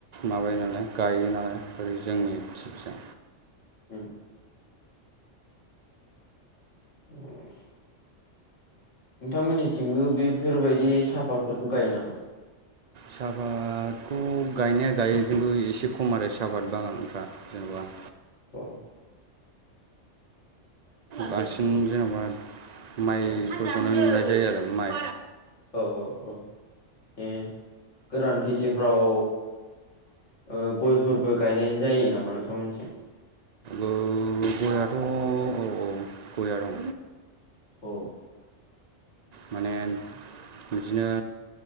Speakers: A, on the right; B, on the left.
A: माबायो नालाय गायो नालाय ओरै जोंनिजों
B: ओम। <inaudible> नोंथांमोननिथिंबो बैफोरबायदि सापातफोरखौ गायो नामा?
A: साहापादखौ गायनाया गायो खिन्थु एसे खम आरो साहापात बागानफ्रा जेनेबा
B: अ
A: बांसिन जेन'बा माइफोरखौनो
B: औ
A: नुनाय जायो आरो माइ
B: औ औ औ ए गोरान खेथिफ्राव ओ गयफोरबो गायनाय जायो नामा नोंथांमोनथिं
A: ओ गययाथ' औ औ। गयया दं
B: अ
A: माने
B: उ
A: बिदिनो